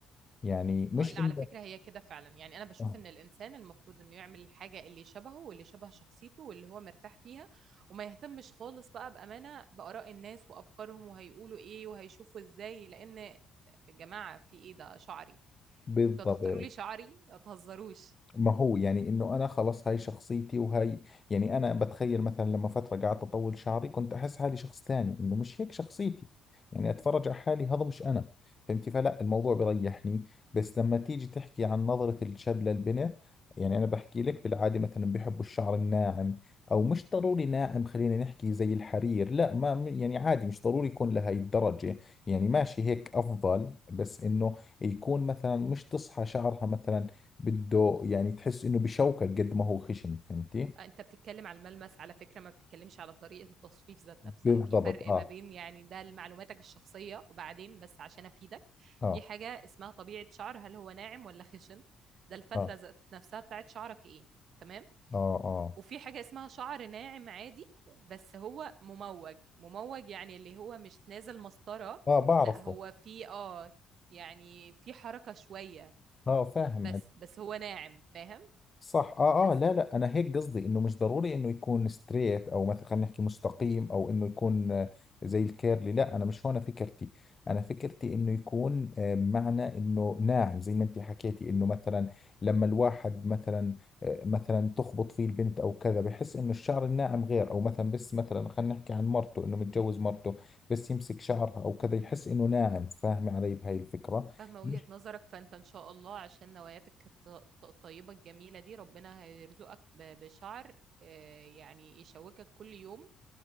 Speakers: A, on the left; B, on the right.
A: يعني مش
B: آه، لا
A: انه
B: على فكرة هي كده فعلا يعني أنا بشوف
A: آه،
B: إن الإنسان المفروض إنه يعمل الحاجة اللي شبهه واللي شبه شخصيته واللي هو مرتاح فيها وما يهتمش خالص بقى بأمانة بآراء الناس وأفكارهم وهيقولوا إيه وهيشوفوا إزاي لأن آه، يا جماعة في إيه ده شعري
A: بالضبط
B: أنتوا هتختاروا لي شعري ما تهزروش
A: ما هو يعني انه انا خلص هاي شخصيتي وهاي يعني انا بتخيل مثلا لما فتره قعدت اطول شعري كنت احس حالي شخص ثاني انه مش هيك شخصيتي يعني اتفرج على حالي هذا مش انا فهمتي فلا الموضوع بريحني بس لما تيجي تحكي عن نظره الشاب للبنت يعني انا بحكي لك بالعاده مثلا بحبوا الشعر الناعم او مش ضروري ناعم خلينا نحكي زي الحرير لا ما يعني عادي مش ضروري يكون لهي الدرجه يعني ماشي هيك افضل بس انه يكون مثلا مش تصحى شعرها مثلا بده يعني تحس انه بشوكك قد ما هو خشن فهمتي
B: انت بتتكلم على الملمس على فكرة ما بتتكلمش على طريقة التصفيف ذات نفسها
A: بالضبط
B: في فرق
A: اه
B: ما بين يعني ده لمعلوماتك الشخصية وبعدين بس عشان افيدك
A: اه
B: في حاجة اسمها طبيعة شعر هل هو ناعم ولا خشن ده الفتلة
A: اه
B: ذات نفسها بتاعت شعرك ايه تمام
A: اه اه
B: وفي حاجة اسمها شعر ناعم عادي بس هو مموج مموج يعني اللي هو مش نازل مسطرة
A: اه بعرفه
B: لا هو في اه يعني في حركة شوية
A: اه فاهم
B: بس بس هو ناعم فاهم
A: صح اه
B: بس
A: اه لا لا انا هيك قصدي انه مش ضروري انه يكون ستريت او مثلا خلينا نحكي مستقيم او انه يكون آه، زي الكيرلي لا انا مش هون فكرتي انا فكرتي انه يكون آه، بمعنى انه ناعم زي ما انت حكيتي انه مثلا لما الواحد مثلا آه، مثلا تخبط فيه البنت او كذا بحس انه الشعر الناعم غير او مثلا بس مثلا خلينا نحكي عن مرته انه متجوز مرته بس يمسك شعرها او كذا يحس انه ناعم فاهمه علي بهاي الفكرة
B: فاهمة
A: مش
B: وجهة نظرك فانت ان شاء الله عشان نواياتك الط- الط- الطيبة الجميلة دي ربنا هيرزقك ب- بشعر آه، يعني يشوكك كل يوم